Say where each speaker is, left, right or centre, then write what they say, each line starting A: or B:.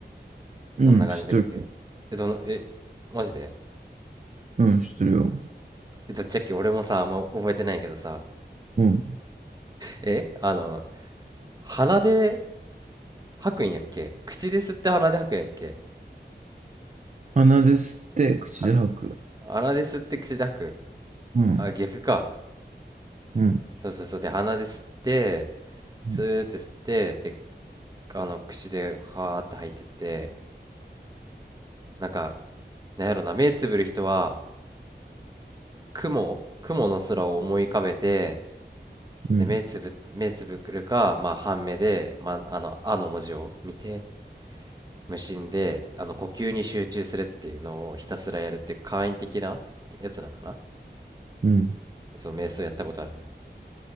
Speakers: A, on the right; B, on the right.
A: うん。
B: どんな感じで呼吸えどのえマジで
A: 知ってる。うん。知ってるよ。
B: えどっちやっけ俺もさあんま覚えてないけどさ
A: うん。
B: えあの鼻で吐くんやっけ口で吸って鼻で吐くんやっけ
A: 鼻で吸って口で吐く。
B: は鼻で吸って口で吐く
A: うん。
B: あ逆か
A: うん。
B: そうそうそうで鼻で吸って
A: うん。
B: スーって吸ってであの口ではーって吐いてってなんかなんやろな目つぶる人は雲雲の空を思い浮かべて
A: うん。
B: で目つぶ目つぶるかまあ半目で、まあ、あの「あ」の文字を見て無心であの呼吸に集中するっていうのをひたすらやるっていう簡易的なやつなんかな
A: うん。
B: そう瞑想やったことあるね